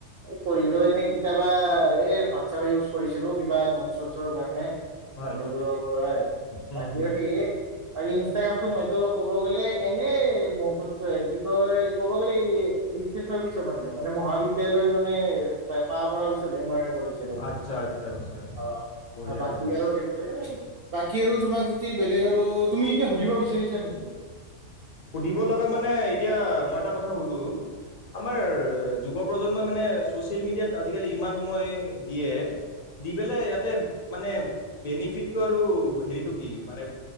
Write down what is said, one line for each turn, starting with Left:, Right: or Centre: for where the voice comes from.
Right: এই কৰিলো এনে কিতাবা এ হোৱাটছাপ ইউজ কৰিছিলো কিবা নোট চটছৰ কাৰণে
Left: হয়
Right: বন্ধুবোৰৰ পৰাই
Left: হুম
Right: বাকী
Left: হুম
Right: সেইয়ে। পাৰিলে ইনষ্টাগ্ৰামতো মইতো ক'ব গ'লে এনেই মোৰ কি কয় কব গ'লে এইছ‌ এছৰ পিছত মানে মানে মহাবিদ্যালয় মানে পাৰ কৰাৰ পিছতহে মই কৰিছিলো
Left: আচ্ছা আচ্ছা আচ্ছা
Right: অ
Left: বঢ়িয়া
Right: আৰু বাকী
Left: বঢ়িয়া
Right: আৰু সেইটোৱে। বাকী আৰু তোমাক যদি বেলেগ আৰু তুমি ক সুধিব বিচাৰিছা নেকি?
Left: সুধিব লগা মানে এতিয়া মই এটা কথা সুধো আমাৰ যুৱ প্ৰজন্ম মানে ছচিয়েল মিডিয়াত আজিকালি ইমান সময় দিয়ে দি পেলাই ইয়াতে মানে বেনিফিটটো আৰু হেৰিটো কি মানে